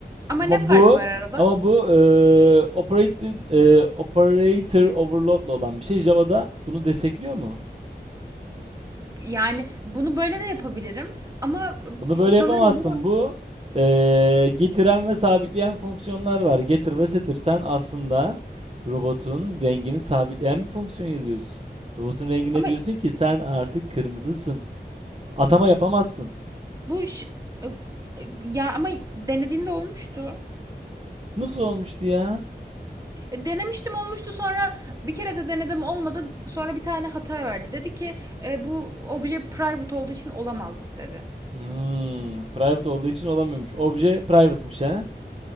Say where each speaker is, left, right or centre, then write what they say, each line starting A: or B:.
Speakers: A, on the right (about 20°); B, on the right (about 35°).
A: Ama
B: Ama
A: ne farkı
B: bu
A: var arada?
B: ama bu eee operated- eee, operator overload'la olan bir şey. Java'da bunu destekliyor mu?
A: Yani bunu böyle de yapabilirim ama
B: Bunu böyle
A: sanırım
B: yapamazsın.
A: bunu
B: Bu eee, getiren ve sabitleyen fonksiyonlar var. Getir ve setir. Sen aslında robotun rengini sabitleyen bir fonksiyon yazıyorsun. Robotun rengine
A: ama
B: diyorsun ki sen artık kırmızısın. Atama yapamazsın.
A: bu ş- e, e, ya ama denediğimde olmuştu.
B: Nasıl olmuştu ya?
A: E, Denemiştim olmuştu sonra bir kere de denedim olmadı sonra bir tane hata verdi. Dedi ki "E, bu obje private olduğu için olamaz dedi.
B: Hmm, private olduğu için olamıyormuş. Obje private'mış ha.